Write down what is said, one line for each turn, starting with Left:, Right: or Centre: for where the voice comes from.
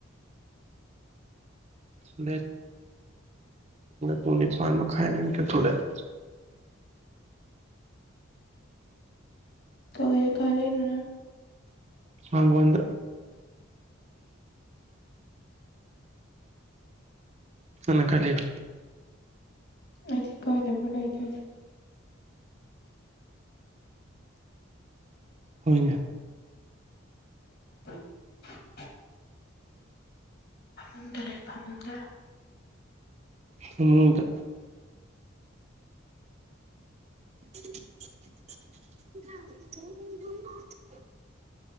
Right: <unintelligible> ꯄꯨꯡ ꯅꯤꯄꯥꯜ ꯃꯈꯥꯢ ꯑꯗꯥꯢꯗ ꯃꯤꯀꯞ ꯊꯣꯛꯂꯛꯑꯦ꯫
Left: ꯀꯋꯥꯏ ꯈꯜꯂꯤꯅꯣ ꯅꯪ꯫
Right: ꯃꯥꯡꯒꯣꯟꯗ ꯅꯪꯅ ꯀꯥꯢ ꯂꯩꯕ꯫
Left: ꯑꯩꯗꯤ ꯀꯥꯏꯅꯕꯂꯩꯇꯦ꯫
Right: ꯍꯣꯏꯅꯦ
Left: <inaudible> ꯐꯃꯨꯡꯗ ꯂꯩ ꯐꯃꯨꯡꯗ
Right: ꯐꯃꯨꯡꯗ꯫ <inaudible>